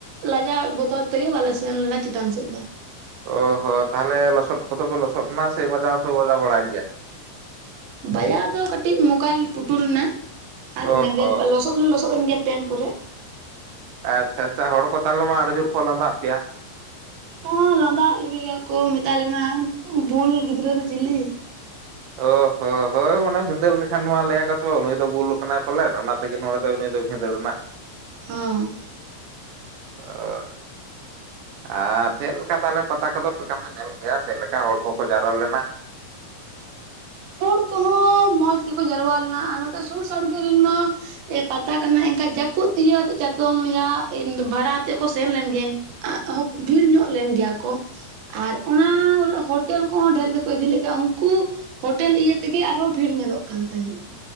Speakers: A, on the right; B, on the right.
A: ᱞᱟᱡᱟᱣ ᱵᱚᱛᱚᱨ ᱛᱮᱜᱮ ᱵᱟᱞᱮ ᱥᱮᱱ ᱞᱮᱱᱟ ᱪᱮᱛᱟᱱ ᱥᱮᱫ ᱫᱚ᱾
B: ᱚ ᱦᱚᱸ ᱛᱟᱦᱚᱞᱮ ᱞᱚᱥᱚᱫ ᱠᱚᱫᱚ ᱯᱮ ᱞᱚᱥᱚᱫ ᱮᱱᱟ ᱥᱮ ᱵᱟᱡᱟᱣ ᱦᱚᱸᱯᱮ ᱵᱟᱡᱟᱣ ᱵᱟᱲᱟ ᱭᱮᱱ ᱜᱮᱭᱟ?
A: ᱵᱟᱡᱟᱭ ᱫᱚ ᱠᱟᱹᱴᱤᱡ ᱢᱳᱠᱟ ᱯᱩᱴᱩᱨ ᱮᱱᱟ ᱟᱨ
B: ᱚ
A: ᱤᱱᱟᱹᱜᱮ
B: ᱦᱚᱸ
A: ᱞᱚᱥᱚᱫ ᱯᱩᱨᱟᱹ ᱞᱚᱥᱚᱫ ᱮᱱ ᱜᱮᱭᱟ ᱞᱮ ᱯᱮᱱᱴ ᱠᱚᱨᱮ,
B: ᱟᱪᱪᱷᱟ ᱟᱪᱪᱷᱟ ᱦᱚᱲ ᱠᱚ ᱛᱟᱦᱚᱞᱮ ᱢᱟ ᱟᱹᱰᱤ ᱡᱳᱨ ᱠᱚ ᱞᱟᱸᱫᱟ ᱟᱜ ᱯᱮᱭᱟ,
A: ᱦᱚᱸ ᱞᱟᱸᱫᱟᱜ ᱞᱮ ᱜᱮᱭᱟ ᱠᱚ ᱢᱮᱛᱟᱞᱮ ᱠᱟᱱᱟ ᱠᱩ ᱵᱩᱞ ᱜᱤᱫᱽᱨᱟᱹ ᱥᱮ ᱪᱤᱞᱤ
B: ᱚ ᱦᱚ ᱦᱳᱭ ᱢᱟᱱᱮ ᱵᱷᱤᱫᱟᱹᱲ ᱞᱮᱠᱷᱟᱱ ᱱᱚᱣᱟ ᱞᱟᱹᱭ ᱟᱠᱟ ᱛ ᱱᱩᱭ ᱫᱚ ᱵᱩᱞ ᱟᱠᱟᱱᱟᱭ ᱯᱟᱞᱮᱱ ᱚᱱᱟ ᱛᱮᱜᱮ ᱱᱚᱰᱮ ᱫᱚ ᱱᱩᱭ ᱫᱚ ᱵᱷᱤᱸᱫᱟᱹᱲ ᱮᱱᱟ᱾
A: ᱦᱚᱸ
B: ᱦᱳᱭ ᱟᱨ ᱪᱮᱫ ᱞᱮᱠᱟ ᱛᱟᱦᱞᱮ ᱯᱟᱛᱟ ᱠᱚᱫᱚ ᱞᱮᱠᱟ ᱯᱮ ᱧᱮᱞ ᱠᱮᱫᱮᱜᱼᱟ ᱪᱮᱫ ᱞᱮᱠᱟ ᱦᱚᱲ ᱠᱚᱠᱚ ᱡᱟᱣᱨᱟ ᱞᱮᱱᱟ?
A: ᱦᱚᱲ ᱠᱚᱦᱚᱸ ᱢᱚᱡᱽ ᱜᱮᱠᱚ ᱡᱟᱣᱨᱟ ᱞᱮᱱᱟ ᱟᱨ ᱱᱚᱛᱮ ᱥᱩᱨ ᱥᱟᱲᱜᱮ ᱨᱮᱱ ᱢᱟ ᱮ ᱯᱟᱛᱟ ᱠᱟᱱᱟ ᱮᱱᱠᱷᱟᱡ ᱡᱟᱹᱯᱩᱫ ᱤᱭᱟᱹᱛᱮᱫ ᱪᱟᱛᱚᱢ ᱵᱷᱟᱲᱟ ᱟᱛᱮᱫ ᱠᱚ ᱥᱮᱱ ᱞᱮᱱ ᱜᱮᱭᱟ ᱵᱷᱤᱲ ᱧᱚᱜ ᱞᱮᱱ ᱜᱮᱭᱟ ᱠᱚ᱾ ᱟᱨ ᱚᱱᱟ ᱠᱚᱨᱮ ᱦᱳᱴᱮᱞ ᱠᱚᱦᱚᱸ ᱰᱷᱮᱨ ᱜᱮᱠᱚ ᱤᱫᱤ ᱞᱮ ᱜᱮᱭᱟ ᱩᱱᱠᱩ ᱦᱳᱴᱮᱞ ᱤᱭᱟᱹ ᱛᱮᱜᱮ ᱟᱨᱦᱚᱸ ᱵᱷᱤᱲ ᱧᱮᱞᱚᱜ ᱠᱟᱱ ᱛᱟᱦᱮᱸᱫᱼᱟ᱾